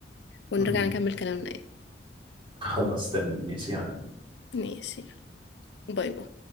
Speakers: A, on the left; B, on the right.
A: ونرجع
B: مم.
A: نكمل كلامنا يعني
B: خلاص تمام ماشي يعني
A: ماشي باي باي